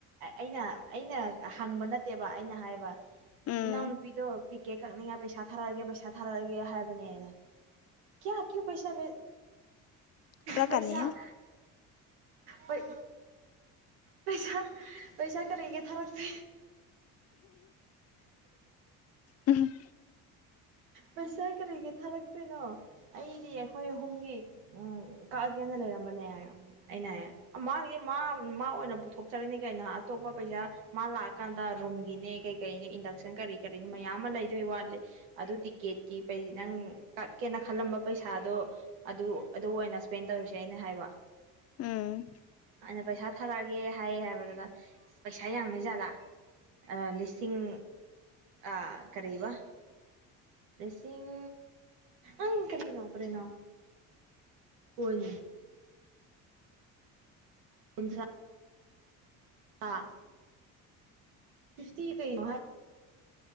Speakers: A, on the right (about 80°); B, on the left (about 45°).
A: ꯑꯩꯅ ꯑꯩꯅ ꯍꯪꯕ ꯅꯠꯇꯦꯕ ꯑꯩꯅ ꯍꯥꯢꯕ
B: ꯎꯝ
A: ꯏꯅꯥꯎꯅꯨꯄꯤꯗꯣ ꯇꯤꯀꯦꯛ ꯀꯛꯅꯤꯡꯉꯥꯢ ꯄꯩꯁꯥ ꯊꯥꯔꯛꯑꯒꯦ ꯄꯩꯁꯥ ꯊꯥꯔꯛꯑꯒꯦ ꯍꯥꯢꯕꯅꯦ ꯀꯤꯌꯥ ꯀ꯭ꯌꯨ ꯄꯩꯁꯥꯒꯦ
B: ꯈꯔ
A: ꯄꯩꯁꯥ
B: ꯀꯥꯅꯤꯍꯦ
A: ꯄꯩ ꯄꯩꯁꯥ ꯄꯩꯁꯥ ꯀꯔꯤꯒꯤ ꯊꯥꯔꯛꯇꯦ
B: ꯎꯝ
A: ꯄꯩꯁꯥ ꯀꯔꯤꯒꯤ ꯊꯥꯔꯛꯇꯣꯢꯅꯣ ꯑꯩꯗꯤ ꯑꯩꯈꯣꯢ ꯑꯍꯨꯝꯒꯤ ꯎꯝ ꯀꯛꯑꯒꯦꯅ ꯂꯩꯔꯝꯕꯅꯦ ꯍꯥꯢ ꯑꯩꯅ ꯍꯥꯢꯌꯦ ꯃꯥꯒꯤ ꯃꯥ ꯃꯥ ꯑꯣꯢꯅ ꯄꯨꯊꯣꯛꯆꯔꯅꯤ ꯀꯩꯅꯣ ꯑꯇꯣꯞꯄ ꯄꯩꯁꯥ ꯃꯥ ꯂꯥꯛꯑꯀꯥꯟꯗ ꯔꯨꯝꯒꯤꯅꯦ ꯀꯩ ꯀꯩꯅꯤ ꯏꯟꯗꯛꯁꯟ ꯀꯔꯤ ꯀꯔꯤꯅꯤ ꯃꯌꯥꯝ ꯑꯃ ꯂꯩ ꯑꯗꯨ ꯋꯥꯠꯂꯤ ꯑꯗꯨ ꯇꯤꯀꯦꯠꯀꯤ ꯄꯩ ꯅꯪ ꯀꯛꯀꯦꯅ ꯈꯜꯂꯝꯕ ꯄꯩꯁꯥꯗꯣ ꯑꯗꯨ ꯑꯗꯨ ꯑꯣꯢꯅ ꯏꯁꯄꯦꯟ ꯇꯧꯔꯨꯁꯦ ꯑꯩꯅ ꯍꯥꯢꯕ
B: ꯎꯝ
A: ꯑꯩꯅ ꯄꯩꯁꯥ ꯊꯥꯔꯛꯑꯒꯦ ꯍꯥꯢꯌꯦ ꯍꯥꯢꯕꯗꯨꯅ ꯄꯩꯁꯥ ꯌꯥꯝꯃꯖꯥꯠꯂꯥ ꯑ ꯂꯤꯁꯤꯡ ꯑ ꯀꯔꯤꯕ ꯂꯤꯁꯤꯡ ꯑꯪ ꯀꯔꯤꯅꯣ ꯀꯔꯤꯅꯣ ꯀꯨꯟ ꯀꯨꯟꯊ꯭ꯔꯥ ꯑ ꯐꯤꯐꯇꯤ ꯀꯩꯅꯣ ꯍꯥꯢ